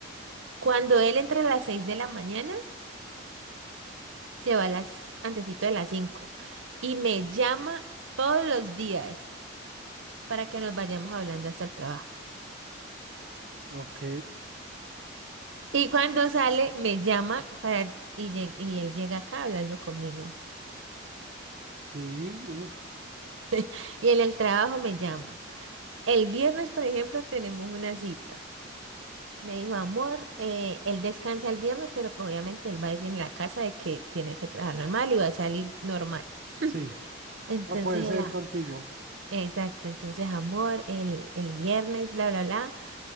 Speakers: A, on the right; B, on the right.
A: Cuando él entra a las 6 de la mañana, se va a las antesito de las 5 y me llama todos los días para que nos vayamos hablando hasta el trabajo.
B: ok,
A: Y cuando sale, me llama para y, lleg- y él llega acá hablando conmigo.
B: sí, uf,
A: <laughs> Y en el trabajo me llama. El viernes, por ejemplo, tenemos una cita. Me dijo, amor, eh, él descansa el viernes, pero pues obviamente él va a decir en la casa de que tiene que trabajar normal y va a salir normal. <clears throat>
B: sí.
A: Entonces,
B: Va a poder
A: él,
B: ser
A: ah,
B: contigo.
A: exacto, entonces, amor, el, el viernes, bla, bla, bla,